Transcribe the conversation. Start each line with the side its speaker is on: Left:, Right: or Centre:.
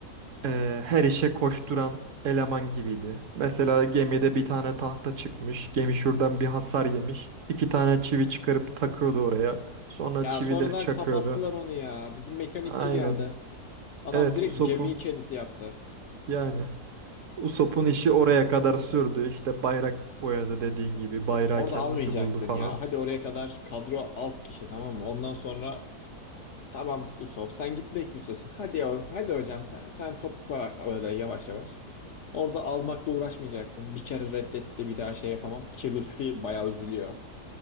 Right: e, her işe koşturan eleman gibiydi. Mesela gemide bir tane tahta çıkmış, gemi şuradan bir hasar yemiş. İki tane çivi çıkarıp takıyordu oraya. Sonra
Left: Ya
Right: çivileri
Left: sonradan
Right: çakıyordu.
Left: kapattılar onu ya. Bizim mekanikçi
Right: Aynen.
Left: geldi. Adam
Right: Evet,
Left: direkt
Right: Usopp'un
Left: gemiyi kendisi yaptı.
Right: yani Usopp'un işi oraya kadar sürdü. İşte bayrak boyadı dediğin gibi. Bayrağı
Left: Orada
Right: kendisi
Left: almayacaktın
Right: buldu falan.
Left: ya. Hadi oraya kadar kadro az kişi tamam mı? Ondan sonra Tamam Usop sen gitmek mi istiyorsun? Hadi ya, hadi hocam sen, sen topukla öyle yavaş yavaş. Orada almakla uğraşmayacaksın. Bir kere reddetti bir daha şey yapamam. Ki Lutfi bayağı üzülüyor.